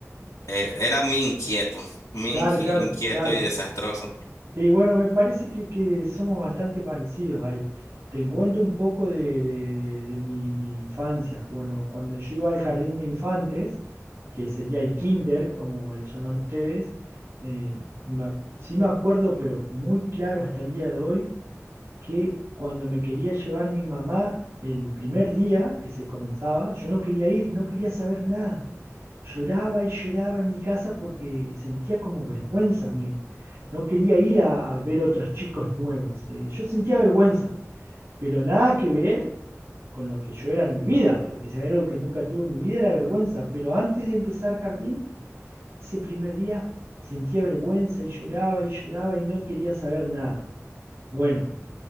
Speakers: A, on the left; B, on the right.
A: eh, era muy inquieto, muy
B: Claro,
A: inqui-
B: claro,
A: inquieto
B: claro.
A: y desastroso.
B: Sí, bueno, me parece que, que somos bastante parecidos ahí. Te cuento un poco de, de- de mi, mi infancia. Bueno, cuando yo iba al jardín de infantes, que sería el kinder, como le llaman ustedes, eh, me- sí me acuerdo, pero muy claro hasta el día de hoy que cuando me quería llevar mi mamá el primer día que se comenzaba, yo no quería ir, no quería saber nada. Lloraba y lloraba en mi casa porque sentía como vergüenza. Me, no quería ir a, a ver otros chicos nuevos. eh, Yo sentía vergüenza, pero nada que ver con lo que yo era en mi vida, porque si era algo que nunca tuve en mi vida era vergüenza. Pero antes de empezar jardín, ese primer día sentía vergüenza y lloraba y lloraba y no quería saber nada. Bueno,